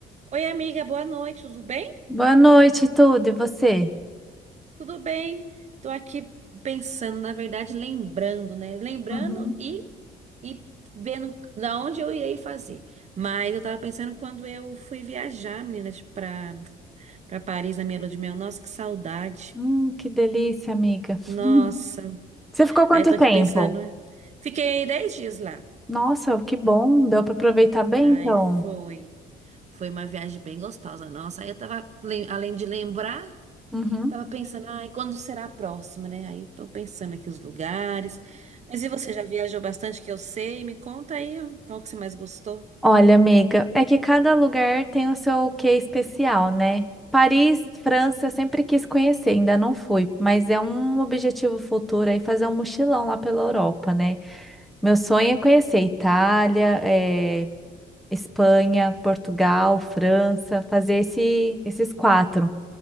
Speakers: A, on the right; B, in the centre.
A: Oi, amiga, boa noite, tudo bem?
B: Boa noite, tudo. E você?
A: Tudo bem. Tô aqui pensando, na verdade, lembrando, né? Lembrando
B: Uhum.
A: e, e vendo da onde eu irei fazer. Mas eu tava pensando quando eu fui viajar, meninas, pra, pra Paris na minha lua de mel. Nossa, que saudade.
B: Hum, que delícia, amiga.
A: Nossa.
B: Hum. Você ficou quanto
A: Aí eu tô
B: tempo?
A: aqui pensando. né? Fiquei 10 dias lá.
B: Nossa, que bom. Deu para aproveitar bem,
A: Ai,
B: então.
A: foi. Foi uma viagem bem gostosa. Nossa, aí eu tava, lem- além de lembrar.
B: Uhum.
A: Tava pensando, ai, quando será a próxima, né? Aí tô pensando aqui os lugares. Mas e você já viajou bastante que eu sei? Me conta aí, ó, qual que você mais gostou?
B: Olha, amiga, é que cada lugar tem o seu quê especial, né? Paris, França, eu sempre quis conhecer, ainda não fui, mas é um objetivo futuro aí fazer um mochilão lá pela Europa, né? Meu sonho é conhecer Itália, eh, Espanha, Portugal, França, fazer esse, esses quatro.